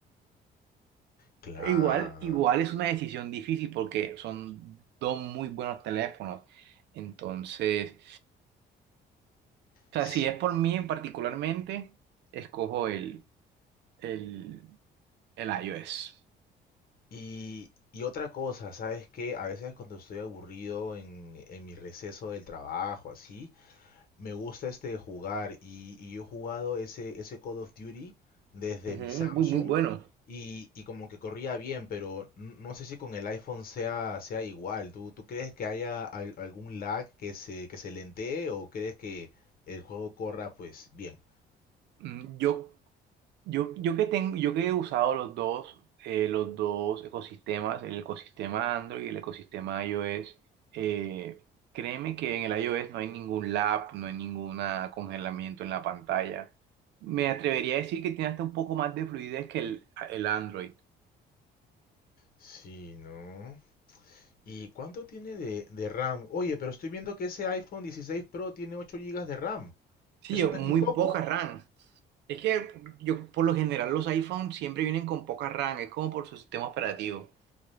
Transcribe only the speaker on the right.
Igual, igual es una decisión difícil porque son dos muy buenos teléfonos. Entonces, o sea,
si es por mí particularmente, escojo el, el, el iOS.
Ujú,
muy, muy bueno.
Mm, Yo, yo, yo que tengo, yo que he usado los dos, eh, los dos ecosistemas, el ecosistema Android y el ecosistema iOS, eh, créeme que en el iOS no hay ningún lag, no hay ningún congelamiento en la pantalla. Me atrevería a decir que tiene hasta un poco más de fluidez que el, el Android.
Sí,
o
muy
poca RAM. Es que yo, por lo general, los iPhones siempre vienen con poca RAM, es como por su sistema operativo.